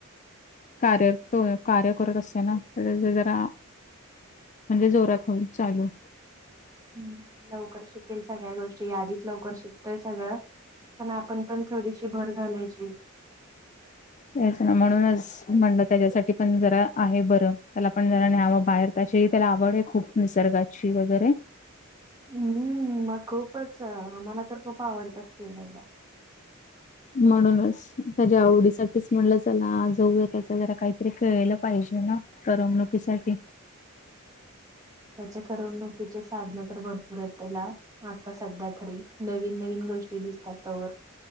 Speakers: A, on the left (about 35°); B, on the right (about 15°).
A: कार्य तो कार्य करत असतो ना. तर त्याच जरा -- म्हणजे जोरात हळू चालू.
B: हम. लवकर शिकेल सगळ्या गोष्टी आधीच लवकर शिकतोय सगळं पण आपण पण थोडीशी भर घालायची.
A: तेच ना म्हणूनच म्हणलं तेज्यासाठी पण जरा आहे बरं त्याला पण जरा न्ह्यावं बाहेर. त्याचीही त्याला आवडए खूप निसर्गाची वगैरे.
B: हम्म हं. मग खूपच मला तर खूप आवडत फिरायला.
A: म्हणूनच त्याज्या आवडीसाठीच म्हणलं चला जाऊया तस जरा काही -- ते केल पाहिजे ना करमणुकीसाठी.
B: त्याच्या करमणुकीचे साधन तर भरपूर आहेत त्याला आता सध्या -- तरी नवीन नवीन गोष्टी दिसतात तवर.